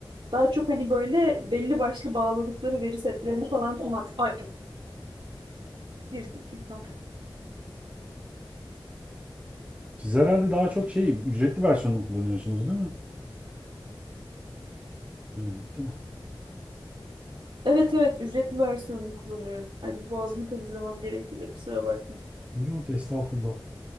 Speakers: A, on the right; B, on the right.
A: Daha çok hani böyle belli başlı bağladıkları veri setlerini falan kullan. Ay, bir dakika.
B: Siz herhalde daha çok şey ücretli versiyonunu kullanıyorsunuz değil mi? Ha, gitti mi?
A: Evet evet ücretli versiyonunu kullanıyorum. Ay bir boğazımı temizlemem gerekti de kusura bakmayın.
B: Yok estağfurullah.